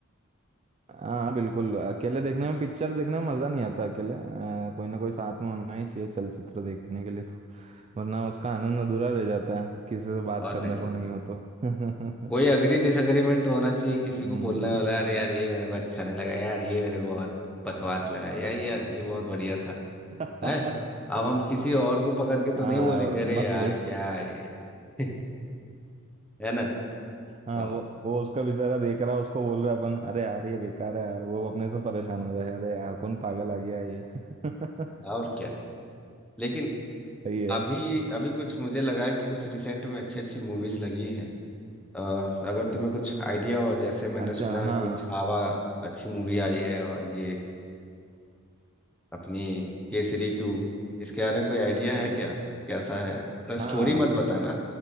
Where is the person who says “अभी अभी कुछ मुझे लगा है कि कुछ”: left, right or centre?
Centre